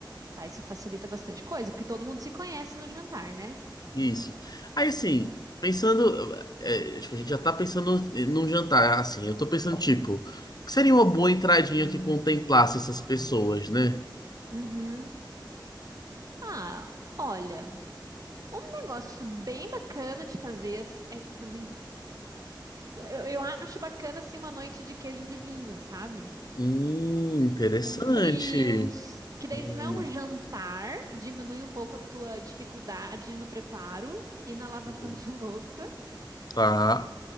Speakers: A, on the right (about 45°); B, on the left (about 55°).
A: Tá, isso facilita bastante coisa, porque todo mundo se conhece no jantar, né?
B: Isso. Aí, assim, pensando. é, tipo, a gente já tá pensando num jantar. Assim, eu tô pensando, tipo, que seria uma
A: Hum.
B: boa entradinha que contemplasse essas pessoas, né?
A: Uhum. Ah, olha, um negócio bem bacana de fazer é que também. Eu, eu acho bacana assim uma noite de queijos e vinhos, sabe?
B: Hum, interessante.
A: com frios, que daí
B: Hum,
A: não é um jantar, diminui um pouco a tua dificuldade no preparo e na lavação
B: hum,
A: de louça.
B: tá.